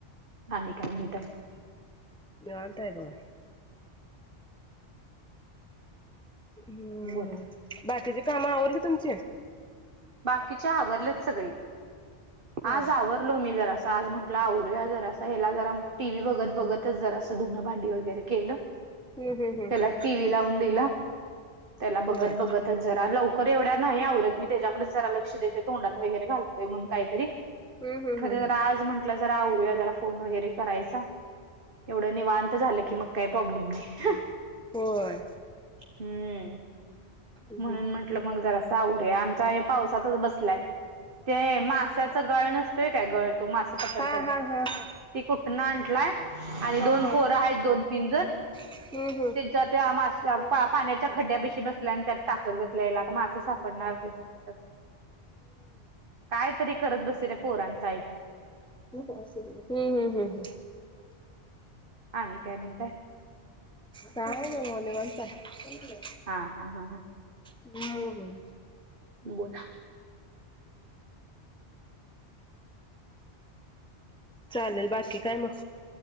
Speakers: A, on the right (about 50°); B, in the centre.
A: आणि काय म्हणताय?
B: निवांत हाय बघा. हम्म,
A: बोला
B: बाकीची काम आवरली तुमची?
A: बाकीच्या आवरल्यात सगळी.
B: होय.
A: आज आवरलो, मी जरास आज म्हटलं, आवरया जरासं हेला जरा टीव्ही बघत-बघतच जरा स धूनं, भांडी वगैरे केलं,
B: हम्म हम्म हम्म
A: त्याला टी व्ही लावून दिला. त्याला
B: होय.
A: बघत-बघतच जरा लवकर एवढ्या नाही आवरत, मी त्याच्याकडेच जरा लक्ष देते. तोंडात वगैरे घालतोय म्हणून काहीतरी,
B: हम्म हम्म
A: खरं
B: हम्म हम्म.
A: आज म्हण आपला जरा आवरूया, जरा फोन वगैरे करायचा. एवढं निवांत झालं की, मग काही प्रॉब्लेम नाही.
B: होय.
A: हम्म,
B: हम्म
A: म्हणून
B: हम्म.
A: म्ह म्हटल मग जरास आवरूया, आमच्या हे पावसातच बसलाय, ते मास त्याच गळ नसतय काय, गळ तो मासे पकडत्याला
B: हा हा हा हा
A: ती कुठन आणलाय आणि
B: हा
A: दोन
B: हा
A: पोरं आहेत, दोन-तीन जण
B: हम्म
A: त्याच्या त्या माशा पा
B: हम्म.
A: पाण्याच्या खड्ड्या बेशी बसलाय आणि त्यात टाकत बसलाय लात मास सापडणार असल्यासारख त्यात, काय तरी दुसऱे पोरांचा ऐकून.
B: हं, हं, हं, हं.
A: आणि काय म्हणताय?
B: काय नाय बघा, निवांत हाय.
A: हा, हा, हा, हा.
B: हम्म.
A: बोला.
B: चालेल, बाकी काय मग?